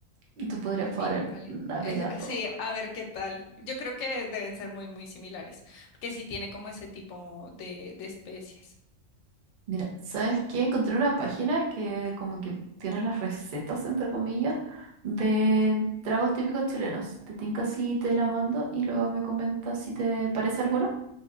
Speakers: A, on the right; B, on the left.
A: Y tú podrías
B: Vino
A: probar el
B: Cali.
A: navegador.
B: Es, sí, a ver qué tal. Yo creo que deben ser muy, muy similares, porque sí tiene como ese tipo de, de especies.
A: Mira, ¿sabes qué? Encontré una página que como que tiene las recetas, entre comillas, de tragos típicos chilenos. Te tinca si te la mando y luego me comentas si te parece alguna.